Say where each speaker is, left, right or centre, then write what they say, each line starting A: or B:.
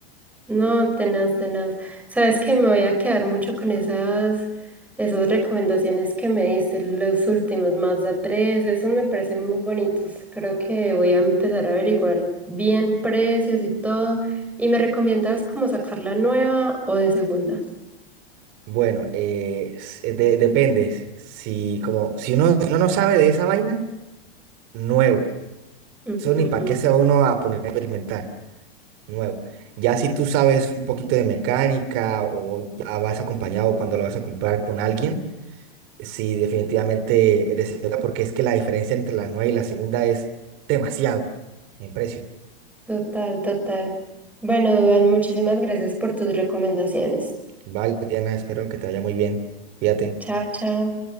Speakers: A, in the centre; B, on the right.
A: No, tenaz, tenaz. Sabes que me voy a quedar mucho con esas, esas recomendaciones que me diste, los últimos, Mazda tres, esos me parecen muy bonitos. Creo que voy a empezar a averiguar bien precios y todo. ¿Y me recomiendas como sacar la nueva o de segunda?
B: Bueno, eh, s- eh, de- depende. Si, como, si uno, si uno no sabe de esa vaina, nuevo.
A: Ujú.
B: Eso ni para qué se va uno a poner a experimentar. Nuevo. Ya si tú sabes un poquito de mecánica o ya vas acompañado cuando lo vas a comprar con alguien. Sí, definitivamente es de segunda, porque es que la diferencia entre la nueva y la segunda es demasiado en precio.
A: Total, total. Bueno, Duan, muchísimas gracias por tus recomendaciones.
B: Vale, Diana, espero que te vaya muy bien. Cuídate.
A: Chao, chao.